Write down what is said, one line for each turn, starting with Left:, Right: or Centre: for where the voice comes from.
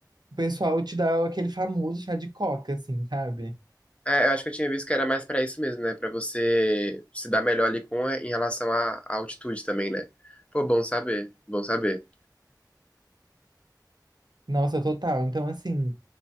Right: o pessoal te dá aquele famoso chá de coca, assim, sabe?
Left: É, eu acho que eu tinha visto que era mais pra isso mesmo, né? Pra você se dar melhor ali com em relação à, à altitude também, né? Pô, bom saber, bom saber.
Right: Nossa, total. Então, assim,